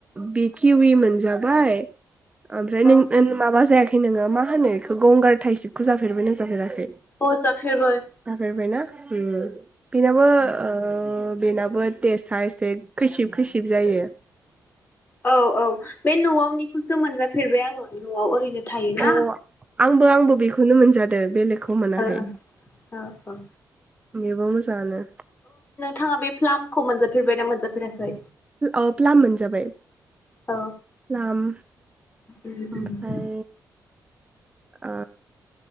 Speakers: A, on the right; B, on the left.
A: बे किउवि मोनजाबाय ओमफ्राय
B: औ
A: नों ओ माबा जायाखै खै नोङो मा होनो इखौ गंगार टाइसिपखौ जाफेरबाय ना जाफेराखै?
B: अ जाफेरबाय
A: जाफेरबायना उम बिनाबो ओ बेनाबो थेसाआ एसे खैसिब खैसि सिब जायो।
B: औ औ बे न'आवनिखौसो मोनजा फेरबाय आङो न'आव ओरैनो थायोना
A: अ आंबो आंबो बेखौ खौनो मोनादों बेलेग खौ मोनाखै
B: ओ औ
A: बेबो मोजाङानो
B: थाङा बे फ्लाम खौ मोनजाफेरबायनाा मोनजाफेराखै
A: अ प्लाम मोनजाबाय
B: औ
A: प्लाम
B: उम उम
A: ओमफ्राय
B: उम
A: ओ